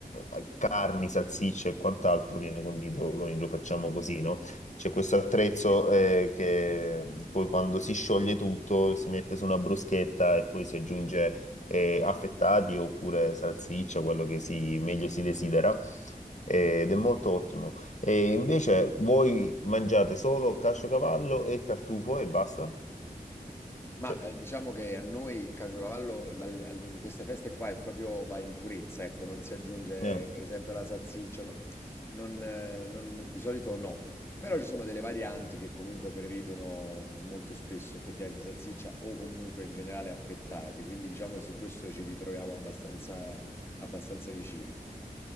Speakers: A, on the left; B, on the left.
A: eh, carni, salsicce e quant'altro viene condito, noi lo facciamo così, no? C'è questo attrezzo
B: Sì.
A: eh, che poi quando si scioglie tutto si mette su una bruschetta e poi si aggiunge eh, affettati oppure salsiccia, quello che si, meglio si desidera. eh, Ed è molto ottimo. E invece voi mangiate solo casciocavallo e tartufo e basta?
B: Ma,
A: Cioè,
B: ehm, diciamo che a noi il caciocavallo dal al in queste feste qua è proprio va in purezza, ecco, non si aggiunge
A: eh,
B: per esempio la salsiccia, no non eh, non di solito no. Però ci sono delle varianti che comunque prevedono molto spesso effettivamente salsiccia o comunque in generale affettati, quindi diciamo che su questo ci ritroviamo abbastanza abbastanza vicini.